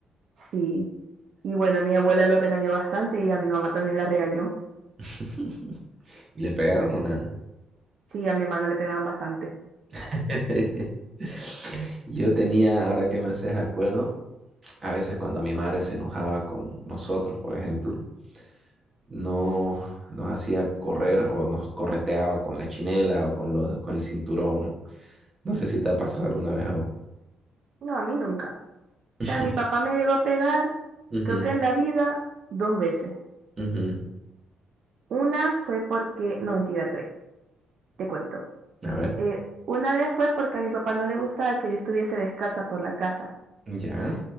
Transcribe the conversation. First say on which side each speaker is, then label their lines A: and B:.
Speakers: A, on the right; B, on the right.
A: Sí. Y bueno, mi abuela lo regañó bastante y a mi mamá también la regañó.
B: <laughs> ¿Y le pegaron o nada?
A: Sí, a mi hermano le pegaban bastante.
B: <laughs> Yo tenía, ahora que me haces acuerdo, a veces cuando mi madre se enojaba con nosotros, por ejemplo, no nos hacía correr o nos correteaba con la chinela o con los, con el cinturón. No sé si te ha pasado alguna vez a vos.
A: No, a mí nunca. O
B: <laughs>
A: sea, mi papá me llegó a pegar,
B: Ujú,
A: creo que en la vida, dos veces.
B: ujú.
A: Una fue porque, no, mentira, tres, te cuento.
B: A ver.
A: Eh, una vez fue porque a mi papá no le gustaba que yo estuviese descalza por la casa.
B: Ya.